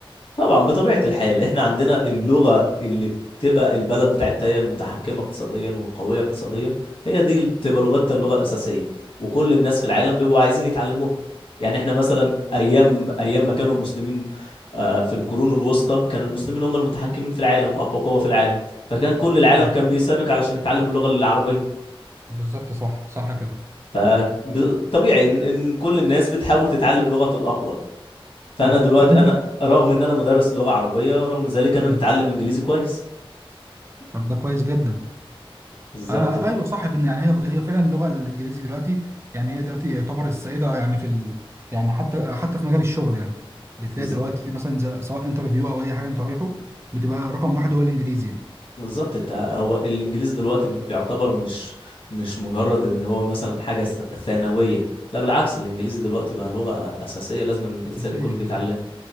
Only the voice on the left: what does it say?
طبعا بطبيعة الحال احنا عندنا اللغة اللي بتبقى البلد بتاعتها هي المتحكمة اقتصاديا والقوية اقتصاديا هي دي اللي بتبقى لغتها اللغة الأساسية وكل الناس في العالم بيبقوا عايزين يتعلموها يعني احنا مثلا أيام أيام ما كانوا المسلمين آه، في القرون الوسطى كان المسلمين هم المتحكمين في العالم وأقوى قوة في العالم فكان كل العالم
كان بيسابق علشان يتعلم اللغة العربية
فطبيعي إن إن كل الناس بتحاول تتعلم لغة الأقوى فانا
دلوقتي
انا رغم ان انا مدرس لغه عربيه رغم ذلك
انا متعلم انجليزي كويس
بالظبط
كده
بالز-
بالظبط انت هو الانجليزي دلوقتي م- يعتبر مش مش مجرد ان هو مثلا حاجه ث- ثانويه لا بالعكس الانجليزي دلوقتي بقى لغه أ- اساسيه لازم إن الانسان
يكون
بيتعلم